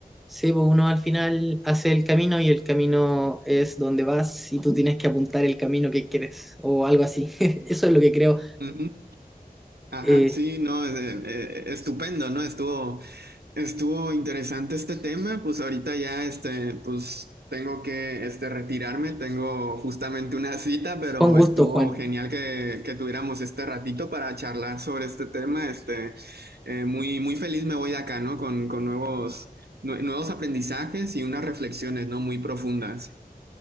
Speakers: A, in the centre; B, on the right.
A: Sí, pues uno al final hace el camino y el camino es donde vas y tú tienes que apuntar el camino que quieres o algo así. <laughs> Eso es lo que creo.
B: Ujú. Ajá,
A: Eh,
B: sí, no, eh, eh, estupendo, ¿no? Estuvo. Estuvo interesante este tema, pues ahorita ya este, pues tengo que este, retirarme, tengo justamente una cita, pero
A: con gusto,
B: estuvo
A: Juan.
B: genial que, que tuviéramos este ratito para charlar sobre este tema. Este, eh, muy, muy feliz me voy de acá, ¿no? Con, con nuevos, nue- nuevos aprendizajes y unas reflexiones, ¿no? Muy profundas.